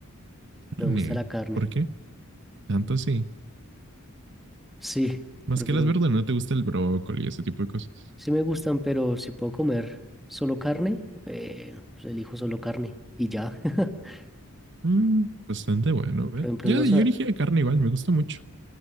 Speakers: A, in the centre; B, on the right (about 55°).
A: Me
B: Carne.
A: gusta la carne.
B: ¿Por qué? Tanto así.
A: Sí,
B: Más
A: prefiero
B: que las verduras, no te gusta el brócoli y ese tipo de cosas.
A: Sí me gustan, pero si puedo comer solo carne, eh, pues elijo solo carne y ya. <laughs>
B: Mm, bastante bueno, ¿ve?
A: Por ejemplo,
B: Ya
A: en los...
B: yo
A: a-
B: dije carne igual, me gusta mucho.